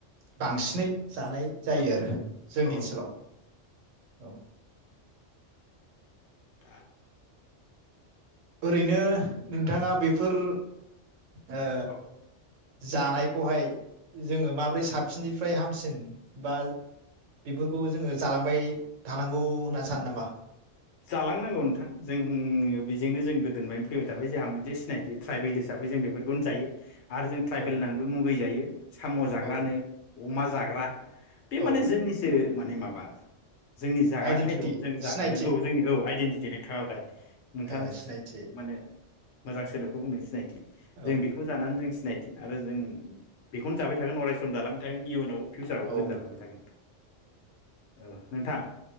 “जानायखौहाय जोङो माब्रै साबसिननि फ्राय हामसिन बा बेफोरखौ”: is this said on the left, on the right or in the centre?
Right